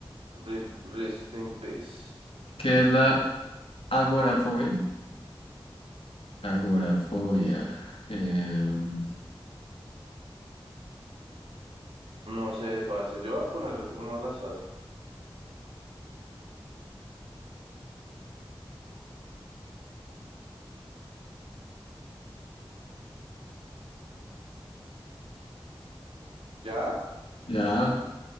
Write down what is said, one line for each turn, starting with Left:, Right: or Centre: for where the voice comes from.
Right: RIP, Rest in Peace.
Left: <laughs> ¿Qué es la agorafobia? Agorafobia. em,
Right: No sé, parce. Yo voy a poner uno al azar. ¿Ya?
Left: ya,